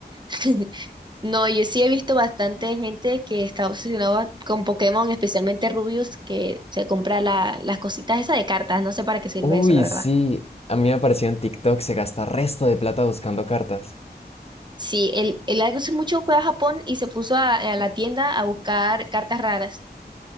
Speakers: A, on the right (about 25°); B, on the left (about 35°).
A: <laughs> No, yo sí he visto bastante gente que está obsesionada con Pokémon, especialmente Rubius, que se compra la- las cositas esas de cartas. No sé para qué sirve
B: Uy,
A: eso, la verdad.
B: sí. A mí me apareció en TikTok, se gasta resto de plata buscando cartas.
A: Sí, él, él hace mucho fue a Japón y se puso a, a la tienda a buscar cartas raras